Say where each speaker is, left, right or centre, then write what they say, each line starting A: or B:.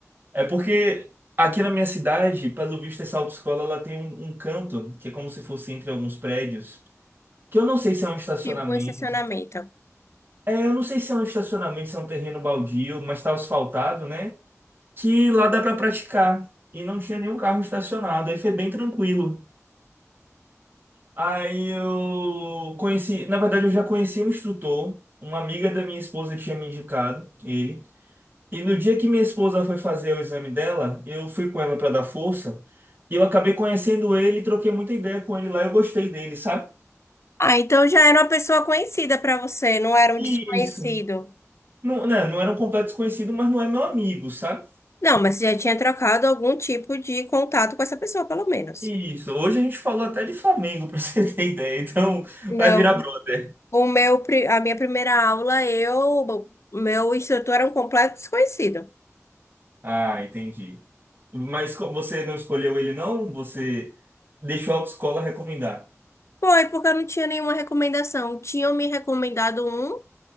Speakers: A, on the right (about 40°); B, on the left (about 60°).
A: É porque aqui na minha cidade, pelo visto, essa autoescola ela tem um, um canto que é como se fosse entre alguns prédios, que eu não sei se é um estacionamento.
B: Tipo, o estacionamento.
A: É, eu não sei se é um estacionamento, se é um terreno baldio, mas tá asfaltado, né? Que lá dá pra praticar. E não tinha nenhum carro estacionado, aí foi bem tranquilo. Aí eu conheci, na verdade, eu já conheci um instrutor, uma amiga da minha esposa tinha me indicado ele. E no dia que minha esposa foi fazer o exame dela, eu fui com ela para dar força. E eu acabei conhecendo ele, troquei muita ideia com ele lá, eu gostei dele, sabe?
B: Ah, então já era uma pessoa conhecida pra você, não era um
A: Isso.
B: desconhecido.
A: Não, né, não era um completo desconhecido, mas não é meu amigo, sabe?
B: Não, mas você já tinha trocado algum tipo de contato com essa pessoa, pelo menos.
A: Isso. Hoje a gente falou até de Flamengo, <laughs> pra você ter ideia. Então,
B: Não,
A: vai virar brother.
B: o meu, pri- a minha primeira aula, eu, o meu instrutor era um completo desconhecido.
A: Ah, entendi. Mas co- você não escolheu ele, não? Você deixou a autoescola recomendar.
B: Foi, porque eu não tinha nenhuma recomendação. Tinham me recomendado um,